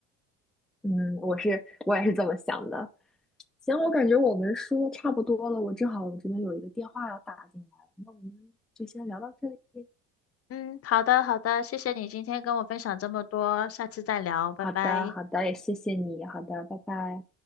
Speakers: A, in the centre; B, on the left.
A: 嗯，我是我也是这么想的。行，我感觉我们说的差不多了，我正好我这边有一个电话要打进来，那我们就先聊到这里。
B: 嗯，好的，好的，谢谢你今天跟我分享这么多，下次再聊，拜拜。
A: 好的，好的，也谢谢你。好的，拜拜。